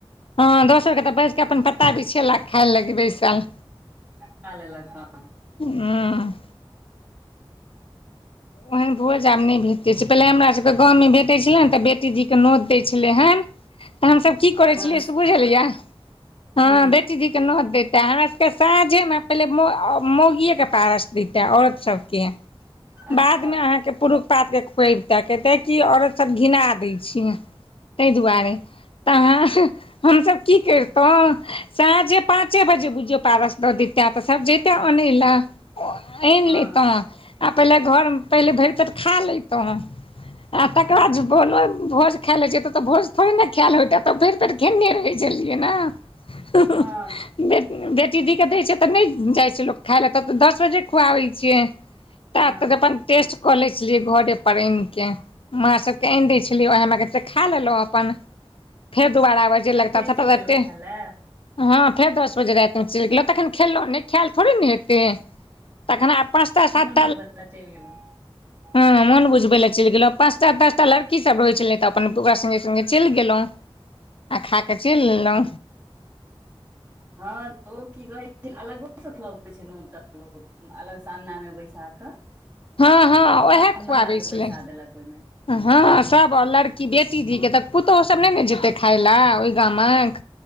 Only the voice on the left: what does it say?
हँ दोसर के तऽ बैसके अपन पता बिछेला खाइ लागी बैसाल
हुँ ओहन भोज आब नय भेटै छै पहिले हमर सभके गाँवमे भेटै छलै ने तऽ बेटीजीके नोत दै छलै हन तऽ हमसभ की करै
छलियै
से बुझलियै, हँ
बेटी जी के नोत दैतै हमरासके साँझेमे पहिले मौगियेके पारस दैतै औरत सभके बादमे
अहाँके पुरुष पातके खुयबिते कहितै कि औरतसभ घिना दै छै- ताहि दुआरे तऽ हमसभ की करितौं साँझे पाँच पाँचे बजे बुझियो पारस दऽ दैता तऽ सब जैता अन लए आनि
लेतौं आ पहिले घर पहिले भरि पेट खा लेतौं आ तकर
बाद भोज खाय लेए जैतौं तऽ भोज थोड़े ने खायल होयता भैर पेट खेने रहै छलियै ने। <unintelligible>
बे बेटी धीके दै छै तऽ नै जाइ छै लोक खाइ लए तब दस बजे खुआबै छियै,
ता त अपन टेस्ट कऽ लै छलियै घरे पर एन के मां सबके आनि दै छलियै ओहएमे के खा लेलौं अपन, फेर दुबारा आबै जे
लगता
<unintelligible>
हँ फेर दस बजे रातिमे चलि गेलौं तखन खएलौं नै तखन खायल थोड़े ने हेतै तखन आब पाँचटा सात
हँ मन बुझबे लए चलि गेलौं पाँच टा ताचटा लड़की सब रहै छलै तऽ अपन ओकरा सब संगे चलि गेलौं आ खा कऽ चलि लेलौं
हँ हँ, उएह
खुआबै
छलै
हँ सब आ लड़की बेटी धी के तऽ पुतोहु सब नै ने जेतै खाय लेए ओय गामक